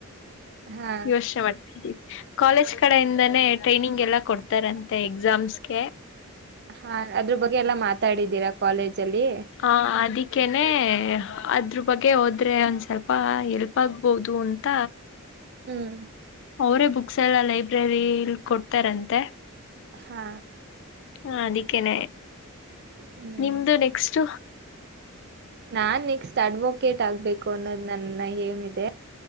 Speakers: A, on the right; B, on the left.
A: ಹಾ
B: ಯೋಚನೆ ಮಾಡ್ತಿದ್ದಿ ಕಾಲೇಜ್ ಕಡೆಯಿಂದಾನೇ. ಟ್ರೈನಿಂಗ್ ಎಲ್ಲ ಕೊಡ್ತಾರಂತೆ ಎಕ್ಸಾಮ್ಸ್ಗೆ.
A: ಹಾ ಅದ್ರ ಬಗ್ಗೆ ಎಲ್ಲಾ ಮಾತಾಡಿದ್ದೀರಾ ಕಾಲೇಜ ಅಲ್ಲಿ.
B: ಹಾ ಅದಿಕ್ಕೇನೆ ಅದ್ರ ಬಗ್ಗೆ ಹೊ ದ್ರೆ ಒಂದ್ ಸ್ವಲ್ಪ ಎಲ್ಪ್ ಆಗ್ಬೋದು ಅಂತ.
A: ಹ್ಮ್
B: ಅವರೇ ಬುಕ್ಸ್ ಎಲ್ಲ ಲೈಬ್ರರಿಲ್ ಕೊಡ್ತಾರಂತೆ.
A: ಹಾ
B: ಹಾ ಅದಕ್ಕೇನೆ
A: ಹ್ಮ್
B: ನಿಮ್ದು ನೆಕ್ಸ್ಟ್.
A: ನಾನ್ ನೆಕ್ಸ್ಟ್ ಅಡ್ವೊಕೇಟ್ ಆಗ್ಬೇಕು ಅನ್ನೋದು ನನ್ನ ಏಮ್ ಇದೆ.